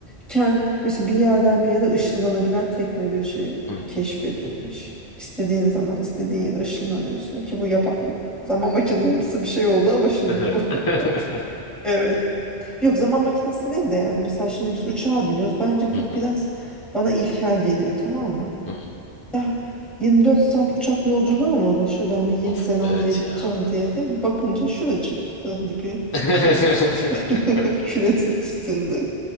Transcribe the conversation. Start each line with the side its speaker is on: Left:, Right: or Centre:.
Centre: Kend, mesela bir yerden bir yere ışınlanabilen teknoloji
Left: Hı hı.
Centre: keşfedilmiş. İstediğin zaman istediğin yere ışınlanıyorsun ki bu yapa- zaman makinesi bir şey oldu ama şimdi
Left: Evet.
Centre: bu
Left: <laughs>
Centre: <laughs> evet. Yok zaman makinesi değil de yani mesela şimdi biz uçağa biniyoruz. Bence
Left: Hı
Centre: bu
Left: hı.
Centre: biraz bana ilkel geliyor tamam mı?
Left: Hı hı.
Centre: Ya 24 saat uçak yolculuğu mu olur şuradan bir Yeni
Left: Of
Centre: Zelanda'ya
Left: evet
Centre: gideceksin
Left: ya.
Centre: diye değil mi? Bakınca şuracıkta gibi
Left: <laughs>
Centre: şeyin üstünde. <laughs> Küretin üstünde.